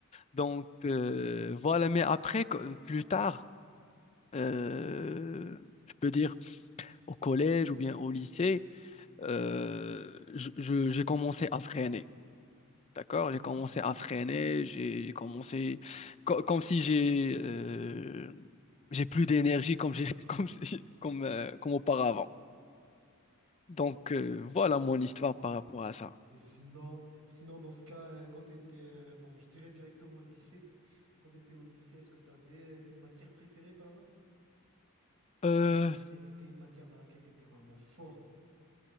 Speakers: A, on the left; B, on the right.
A: Donc, euh, voilà, mais après, que- plus tard, euh, je peux dire au collège ou bien au lycée, euh, je- je- j'ai commencé à freiner. D'accord?
B: Mhm,
A: J'ai commencé à freiner, j'ai j'ai commencé co- comme si j'ai euh, j'ai plus d'énergie comme j'ai <laughs> comme si- comme euh, comme auparavant. Donc euh, voilà mon
B: mhm.
A: histoire par rapport à ça.
B: Et sinon, sinon dans ce cas, euh, quand tu étais, euh, bon, je dirais directement au lycée, quand tu étais au lycée, est-ce que tu avais euh, une matière préférée par hasard?
A: Euh,
B: Ou une spécialité, une matière dans laquelle tu étais vraiment fort?